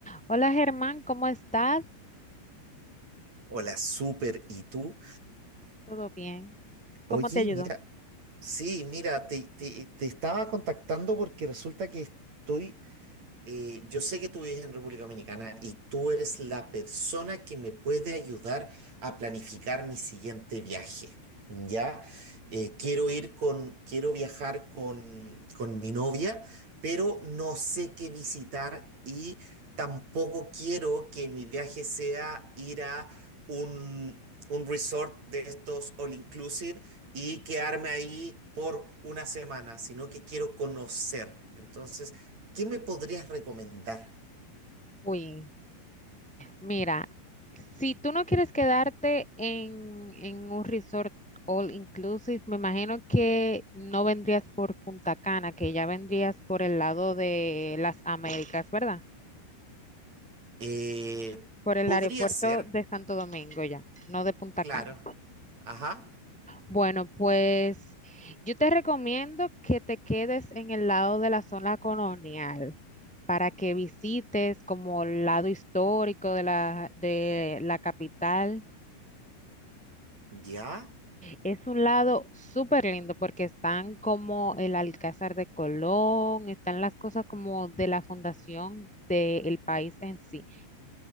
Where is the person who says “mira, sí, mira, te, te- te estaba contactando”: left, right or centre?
Right